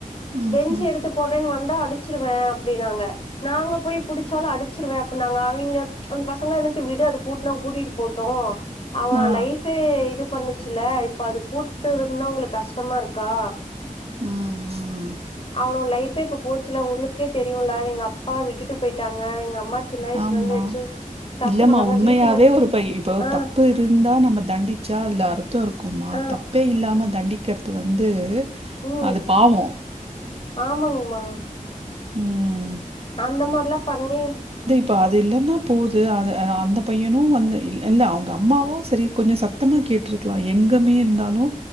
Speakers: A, on the right (about 45°); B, on the left (about 40°).
A: ம்
B: பெஞ்ச்
A: ம்
B: எடுத்து போடுறேன்னு வந்தா அடிச் ச்சுருவே அப்டின்னாங்க நாங்க போய் புடுச்சாலு அடிச்சிருவே அப் நாங்க அவிங்க அந்த பசங்கள இருந்துட்டு விடு அது கூட்னா கூட்டிட்டு போட்டு அவன்
A: ஆ
B: லைஃபே இது பண்ணு சுல இப்ப அது கூட்டுறது னா உங்களுக்கு கஷ்டமா இருக்கா
A: ஹம் உஹம்
B: அவனோட லைஃபே இப்ப போச்சுல உங்களுக்கே தெரியும்ல எங்க அப்பா விட்டுட்டு போயிட்டாங்க எங்க அம்மா சின்ன வயசுலருந்து
A: ஆமா
B: வச்சு கஷ்டப்படுறாங்க.
A: இல்லமா உண்மையாவே
B: வீட்டு வேலை
A: ஒரு ப் பை இப்போ
B: ஆ,
A: தப்பு இருந்தா நம்ம தண்டுச்சா அதுல அர்த்தோ இருக்கு மா
B: ஆ,
A: தப்பே இல்ல நம்ம தண்டிக்கிறது வந்து
B: ம்
A: அது பாவோ
B: ஆமாங்மா ஹ
A: உம்
B: அந்த மாறலா பண்ணி
A: ப்போ அது இல்லைன்னா போகுது அ அந்த பையனும் வந்து இல்ல அவங்க அம்மாவும் செரி கொஞ்சம் சத்தமாக கேட்டுருக்கலாம் எங்கேுமே இருந்தாலும்